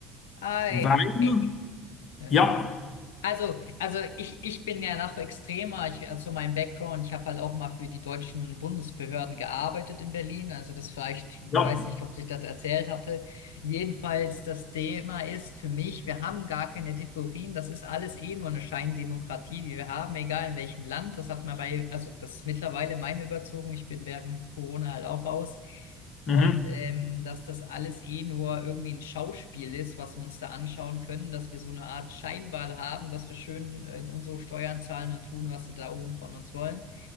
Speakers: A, on the left; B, on the left.
A: ei,
B: weil,
A: ey, ja.
B: ja,
A: Also, also ich, ich bin ja noch extremer. Ich, also mein Background, ich habe halt auch mal für die deutschen Bundesbehörden gearbeitet in Berlin. Also das vielleicht,
B: ja,
A: weiß ich, ob ich das erzählt hatte. Jedenfalls, das Thema ist für mich, wir haben gar keine Demokratien. Das ist alles eh nur eine Scheindemokratie, die wir haben, egal in welchem Land. Das hat man bei, also das ist mittlerweile meine Überzeugung. Ich bin während Corona halt auch raus. Und
B: mhm,
A: ähm, dass das alles eh nur irgendwie ein Schauspiel ist, was wir uns da anschauen können, dass wir so eine Art Scheinwahl haben, dass wir schön äh, unsere Steuern zahlen und tun, was sie da oben von uns wollen.